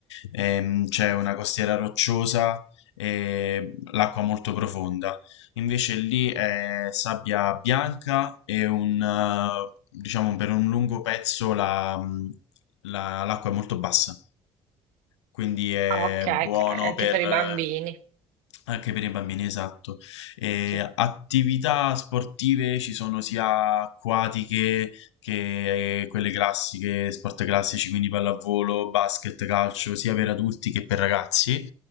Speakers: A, on the left; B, on the right.
A: ehm, c'è una costiera rocciosa e l'acqua molto profonda. Invece lì è sabbia bianca e un, eh, diciamo, per un lungo pezzo la- mm, la- l'acqua è molto bassa. Quindi è
B: Ah, Ok, ok,
A: buono
B: anche
A: per,
B: per i
A: eh,
B: bambini.
A: anche per i bambini, esatto. E
B: Sì,
A: attività sportive ci sono sia acquatiche che eh, quelle classiche, sport classici, quindi pallavolo, basket, calcio, sia per adulti che per ragazzi.